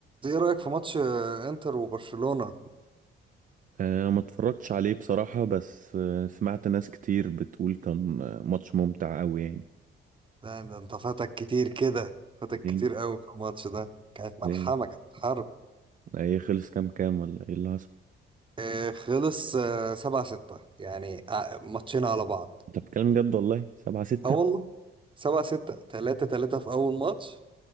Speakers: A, on the right; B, on the right.
A: ايه رأيك في ماتش آه، انتر وبرشلونة
B: آه، ما اتفرجتش عليه بصراحة بس آه، سمعت ناس كتير بتقول كان آه، ماتش ممتع قوي يعني
A: ده, ده انت فاتك كتير كده فاتك
B: يعني
A: كتير قوي في الماتش ده كانت ملحمة
B: ايه
A: كانت حرب
B: إيه خلص كام كام ولا ايه اللي حصل
A: آه، خلص آه، سبعة ستة يعني آه، ماتشين على بعض
B: انت بتتكلم جد والله سبعة ستة
A: اه والله سبعة ستة تلاتة تلاتة في أول ماتش